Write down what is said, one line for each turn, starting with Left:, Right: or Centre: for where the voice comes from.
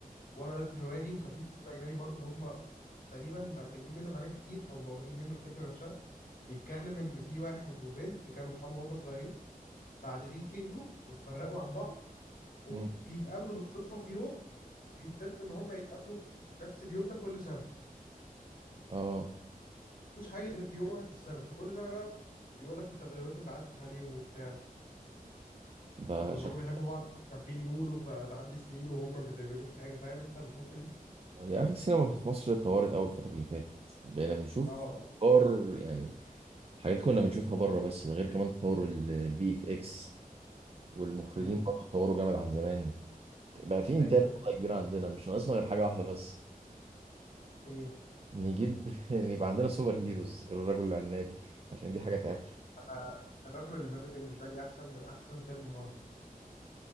Left: وانا قريت الروايه دي وكان في فيلم اجنبي برضه هم تقريبا مقلدين منه حاجات كتير او واخدين منه الفكره نفسها بيتكلم ان في واحد وبنت كانوا اصحاب هم صغيرين بعدين كبروا وتفرقوا عن بعض وبيتقابلوا
Right: مم.
Left: بالصدفه في يوم وبيتفقوا ان هم يتقابلوا نفس اليوم ده كل سنه
Right: اه
Left: مفيش حاجه غير في يوم واحد في السنه فكل سنه بقى بيقول لك التغيرات اللي عدت عليهم وبتاع
Right: ده
Left: وان
Right: شكله
Left: هما بيحبوا بعض مش عارفين يقولوا فتعدي السنين وهما ما بيعملوش حاجه فاهم انت الحته دي
Right: يا اخي السينما في مصر اتطورت قوي الفتره اللي فاتت بقينا بنشوف
Left: اه اه
Right: افكار يعني حاجات كنا بنشوفها بره بس ده غير كمان تطور الفي اف اكس والمخرجين
Left: امم
Right: برضه اتطوروا جامد عن زمان بقى في انتاج
Left: ايوه ايوه
Right: والله كبير عندنا مش ناقصنا غير حاجه واحده بس
Left: ايه
Right: نجيب <laughs> يبقى عندنا سوبر هيروز غير الرجل العنابي <laughs> عشان دي حاجه تعرف
Left: أنا الرجل النبي بالنسبه لي احسن من احسن فيلم مارفل